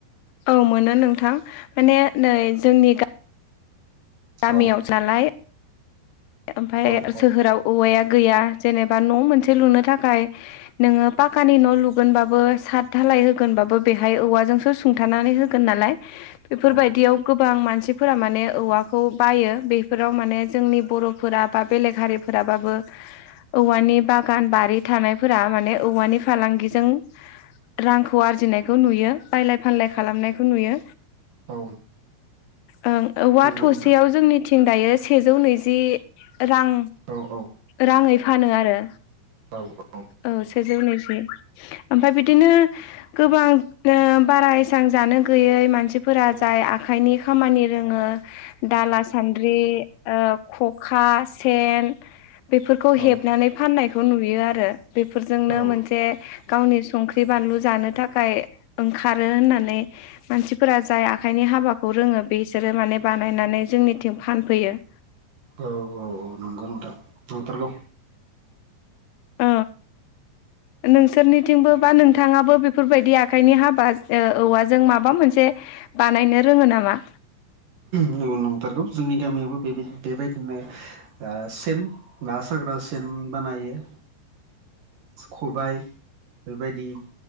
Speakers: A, on the left; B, on the right.
A: औ मोनो नोंथां माने नै जोंनि गा गामियाव
B: औ
A: जालाय ओमफफ्राय
B: औ औ
A: सोहोराव औवाया गैया जेनेबा न' मोनसे लुनो थाखाय नोङो पाखानि न' लुगोनबाबो सात धालाय होगोनबाबो बेहाय औवाजोंसो सुं खिथानानै होगोन नालाय बेफोरबायदियाव
B: औ
A: गोबां मानसिफोरा माने औवाखौ बायो बेफोराव माने जोंनि बर' फोर बा बेलेग हारिफोराबाबो औवानि बागान बारि थानायफोरा माने औवानि फालांगिजों रांखौ आरजिनायखौ नुयो बायलाय फानलाय खालामनायखौ नुयो।
B: औ
A: ओं औवा
B: नंगौ
A: थसेयाव
B: नोंथां
A: जोंनिथिं दायो सेजौ नैजि रां
B: औ औ।
A: राङै फानो आरो
B: औ।
A: औ सेजौ नैजि ओमफ्राय बिदिनो गोबां बारा एसां जानो गैयै मानसि फोर
B: औ
A: जाय आखाइनि खामानि रोङो दाला सान्द्रि‌ओ अखा सेन बेफोरखौ हेबनानै
B: औ
A: फाननायखौ नुयो आरो। बेफोरजोंनो
B: औ औ
A: मोनसे गावनि संख्रि बानलु जानो थाखाय ओंखारो होननानै मानसिफोरा जाय आखाइनि हाबाखौ रोङो बेसोरो माने बानायनानै जोंनिथिं फानफैयो।
B: औ औ औ नंगौ नोंथां नंथारगौ।
A: औ। नोंसोरनिथिंबो बा नोंथाङाबो बेफोरबायदि आखाइनि हाबा औवाजों माबा मोनसे बानायनो रोङो नामा?
B: न नंथारगौ जोंनि गामियावबो बे बेबायदिनो सेन ना साग्रा सेन बानायो। खबाय बेबायदि